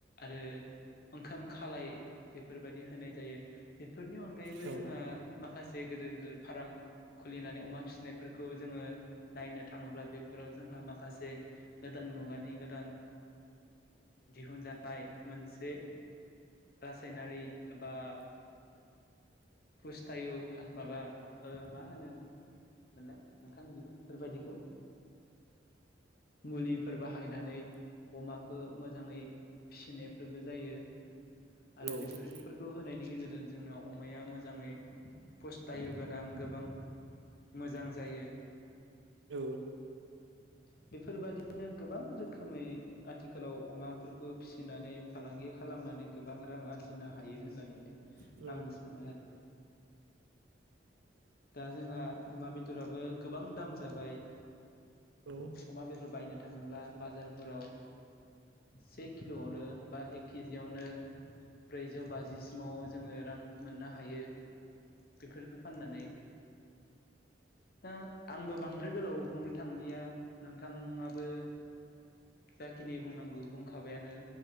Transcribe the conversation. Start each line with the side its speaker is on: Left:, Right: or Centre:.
Left: आरो ओंखाम खालाय बेफोरबायदि होनाय जायो बेफोरनि अनगायैबो
Right: औ
Left: जोङो माखासे गेदेर गेदिर फार्म खुलिनानै अमा फिसिनायफोरखौ जोङो नायनो थाङोब्ला बेफोराव जोंहा माखासे। गोदान मुगानि गोदान दिहुनजानाय मोनसे रासायनारि बा फुस्थायु माबा मा होनो होन मोननाय नोंथां बिफोर बायदिखौ मुलिफोर बाहायनानै अमाखौ मोजाङै फिसिनायफोरबो जायो आरो
Right: औ
Left: बेफोरफोरखौ होनायनि गेजेरजों जोंनाव अमाया मोजाङै टायु गोनां गोबां मोजां जायो।
Right: औ
Left: <inaudible> बेफोरबायादियनो गोबां रोखोमै आथिखालाव अमाफोरखौ फिसिनानै फालांगि खालामनानै गोबां रां आरजिनो हायो होननानै
Right: औ
Left: आंबो सानो आरो। दा जोंहा अमा बेदराबो गोबां दाम जाबाय।
Right: औ।
Left: अमा बेदर बायनो थाङोब्ला बाजारफोराव से किल'आवनो बा एक केजियावनो ब्रैजौ बाजिसिमाव जोङो रां मोननो हायो बेफोरखौ फाननानै दा आंबो बांद्राय गोलाव बुंनो थांलिया नोंथाङाबो। जाखिनि बुंनांगौ बुंखाबायानो